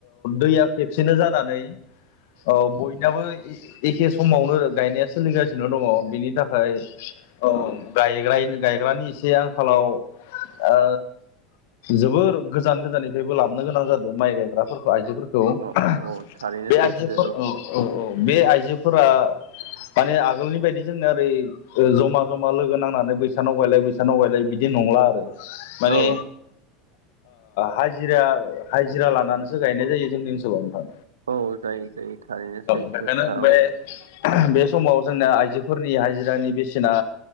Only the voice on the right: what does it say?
औ औ थारैनो
सैथो
औ
औ जायो जायो थारैनो सैथो
खोथा
औ